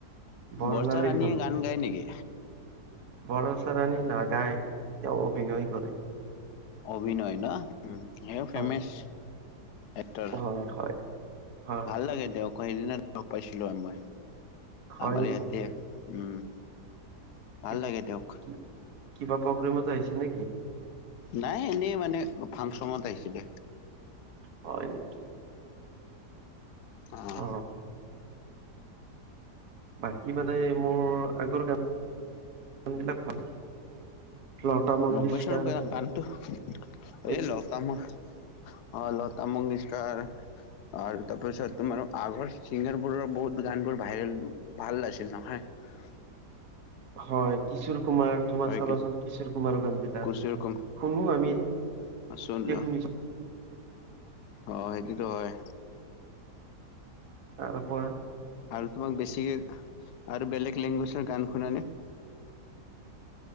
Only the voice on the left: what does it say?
বৰ্ষা ৰাণীয়ে গান গায় নেকি?
অভিনয় ন উম সেও ফেমেছ
এক্টৰ
ভাল লাগে তেওঁক কয় সেইদিনা লগ পাইছিলো মই
আমাৰ
ইয়াতে উম
ভাল লাগে তেওঁক
নাই এনেই মানে ফাংচনত আহিছিলে
অহ
নব্বৈশৰ গানতো,
এহ লগ পায় আও অ লতা মনিস্কাৰ আৰু তাৰপিছত তোমাৰ আগৰ চিংগাৰবোৰৰ বহুত গানবোৰ ভাইৰেল, ভাল আছিল নহয়
হয়
কি
কুচিৰ কুম
<unintelligible>
অ' সেইটোতো হয়।
আৰু তোমাক বেছিকে আৰু বেলেগ লেংগুৱেজৰ গান শুনানে